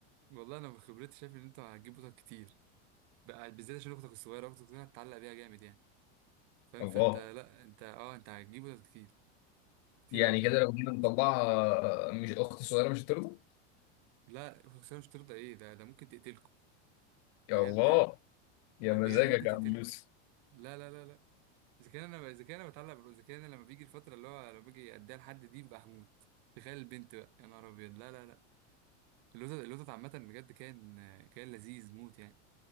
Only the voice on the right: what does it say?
والله انا من خبرتي شايف ان انت هتجيب قطط كتير بقى بالذات عشان اختك الصغيره اختك الصغيره هتتعلق بيها جامد يعني فاهم
فانت لا انت اه انت هتجيب قطط كتير كتير
قوي كمان
لا خسارة مش ترضى ايه ده ده ممكن تقتلكم
بجد
يعني
بجد
ممكن
تقتلكم
لا لا لا لا اذا كان انا اذا كان انا بتعلق بالو اذا كان أنا لما بيجي الفترة اللي هو لما باجي اديها لحد دي ببقى هموت تخيل البنت بقى يا نهار ابيض لا لا لا اللوتس اللوتس عامة بجد كان كان لذيذ موت يعني